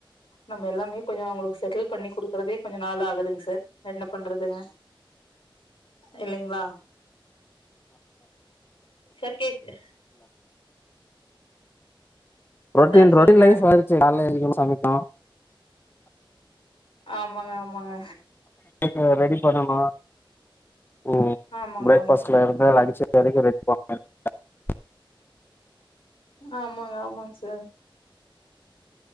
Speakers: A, on the left; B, on the left.
A: நம்ம எல்லாமே கொஞ்சோ அவுங்குளுக்கு செட்டில் பண்ணி குடுக்குறதே கொஞ்ச நாளாகுதுங்க சார் என்ன பண்றதுங்க இல்லைங்களா சார் கேக்கு
B: ரொட்டின்
A: சார் சொல்லுங்க
B: ரொட்டின் லைஃப் ஆயிடுச்சு காலைலயு சமைக்கனோ
A: ஆமாங்க ஆமாங்க
B: இங்க ரெடி பண்ணணோ ம்
A: ஆமாங்க
B: ப்ரேக்ஃபாஸ்டுல இருந்து லன்ஞ்சு வெரைக்கோ ரெ <unintelligible>
A: ஆமாங்க ஆமாங்க சார்